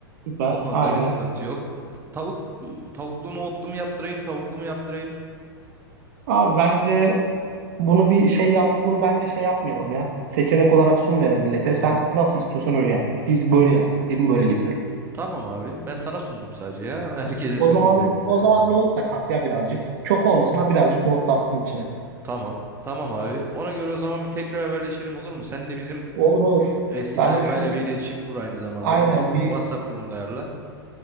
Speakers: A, on the right; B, on the right.
A: Süper.
B: O konuda
A: Aynen.
B: bir sıkıntı yok. Tavuk tavuklu nohutlu mu yaptırayım, tavuklu mu yaptırayım?
A: Abi bence Bunu bir şey yap, bunu bence şey yapmayalım ya. Seçenek olarak sunmayalım millete. Sen nasıl istiyorsan öyle yaptır. Biz böyle yaptık diyelim, böyle getirelim.
B: Tamam abi. Ben sana sundum sadece ya. <laughs> Herkese
A: O
B: sunmayacaktım
A: zaman o
B: yani.
A: zaman nohut da kat ya birazcık. Çok olmasına birazcık nohut da atsın içine.
B: Tamam. Tamam abi. Ona göre o zaman bir tekrar haberleşelim olur mu? Sen de bizim
A: Olur olur.
B: eski
A: Ben
B: tayfayla
A: de şu
B: bir iletişim kur aynı zamanda.
A: aynen
B: Bu Wa-
A: bir
B: WhatsApp grubunda ayarla.